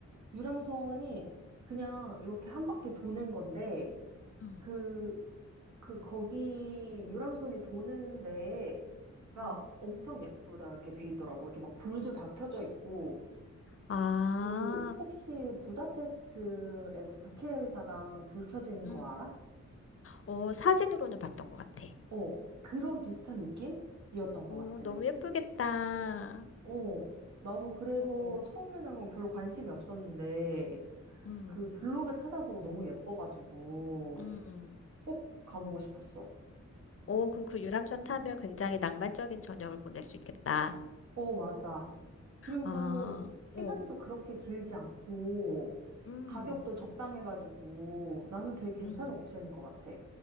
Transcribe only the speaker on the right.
유람선이 그냥 이렇게 한 바퀴 도는 건데
그 그 거기 유람선이 도는 데가
엄청 예쁘다게 돼 있더라고. 이렇게 막 불도 다 켜져 있고
그 혹시 부다페스트의 그 국회의사당 불 켜진
거 알아?
어, 그런 비슷한 느낌이었던 것
같아.
네.
어, 나도 그래서
처음에는 별 관심이 없었는데
그 블로그 찾아보고 너무 예뻐가지고
꼭 가보고 싶었어.
어, 맞아. 그리고
시간도
그렇게 길지 않고
가격도 적당해가지고 나는 되게 괜찮은
옵션인 것 같아.